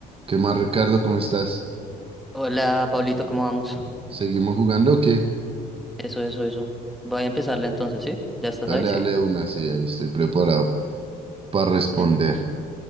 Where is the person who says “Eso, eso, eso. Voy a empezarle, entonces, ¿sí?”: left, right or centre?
Centre